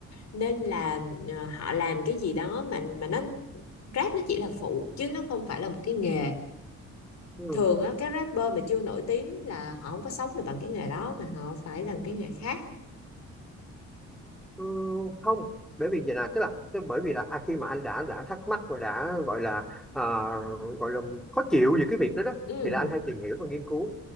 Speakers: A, on the left; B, in the centre.
A: nên là ờ, họ làm cái gì đó mà mà nó rap nó chỉ là phụ chứ nó không phải là một cái nghề
B: ừ.
A: thường á các rapper mà chưa nổi tiếng là họ không có sống được bằng cái nghề đó mà họ phải làm cái nghề khác
B: Ừ, không bởi vì vậy là tức là tức bởi vì là à, khi mà anh đã đã thắc mắc và đã gọi là ờ, gọi là khó chịu về cái việc đó đó
A: ừ
B: thì là anh hay tìm hiểu và nghiên cứu